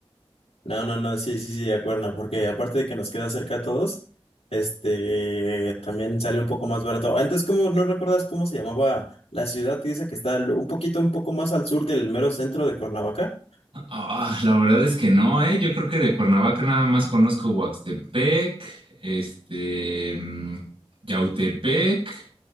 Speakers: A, on the left; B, on the right.
A: no, no, no, sí, sí, sí, de acuerdo, porque aparte de que nos queda cerca a todos, este, también sale un poco más barato. Ah, Entonces, ¿cómo no recuerdas cómo se llamaba la ciudad esa que está un poquito, un poco más al sur del mero centro de Cuernavaca?
B: Ah, la verdad es que no, ¿eh? Yo creo que de Cuernavaca nada más conozco Huaxtepec, este, mm, Yautepec